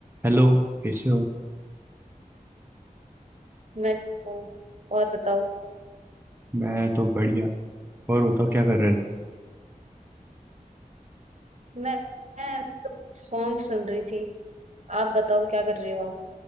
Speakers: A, on the right; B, on the right.
A: हेलो कैसे हो
B: मैं ठीक हूँ और बताओ
A: मैं तो बढ़िया और बताओ क्या कर रहे थे
B: मैं मैं मैं तो सॉन्ग सुन रही थी आप बताओ क्या कर रहे हो आप